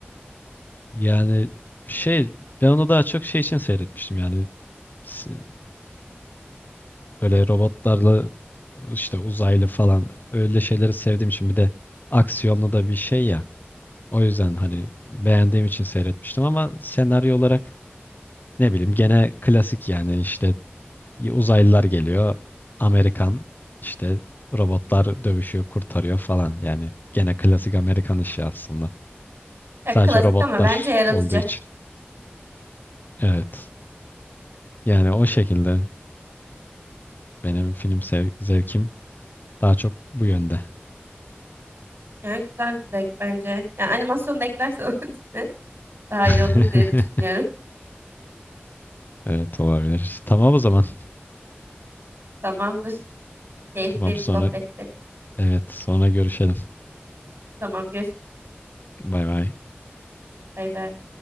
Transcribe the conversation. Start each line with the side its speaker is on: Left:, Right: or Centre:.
Left: Yani şey ben onu daha çok şey için seyretmiştim yani s- Böyle robotlarla işte uzaylı falan öyle şeyleri sevdiğim için bir de aksiyonlu da bir şey ya. O yüzden hani beğendiğim için seyretmiştim ama senaryo olarak ne bileyim gene klasik yani işte uzaylılar geliyor. Amerikan işte robotlar dövüşüyor, kurtarıyor falan. Yani gene klasik Amerikan işi aslında.
Right: Ya,
Left: Sadece
Right: klasik
Left: robotlar
Right: ama bence yaratıcı.
Left: olduğu için. Evet. Yani o şekilde benim film sev- zevkim daha çok bu yönde.
Right: Yani güzel bir zevk bence. Yani animasyonu da eklersen <laughs> onun içine daha
Left: <laughs>
Right: iyi olur diye düşünüyorum.
Left: Evet olabilir. Tamam o zaman.
Right: Tamamdır. Keyifli
Left: Tamam
Right: bir
Left: sonra
Right: sohbetti.
Left: evet sonra görüşelim.
Right: Tamam görüşürüz.
Left: Bay bay.
Right: Bay bay.